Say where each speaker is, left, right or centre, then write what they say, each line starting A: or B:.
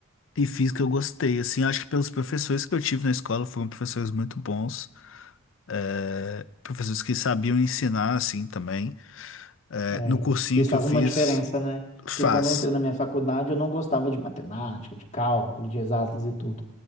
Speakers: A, on the left (about 65°); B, on the left (about 35°).
A: e física eu gostei. Assim, acho que pelos professores que eu tive na escola foram professores muito bons. é, professores que sabiam ensinar assim também. É,
B: É,
A: no cursinho
B: isso
A: que
B: faz
A: eu fiz,
B: uma diferença, né?
A: faz.
B: Porque quando eu entrei na minha faculdade, eu não gostava de matemática, de cálculo, de exatas e tudo.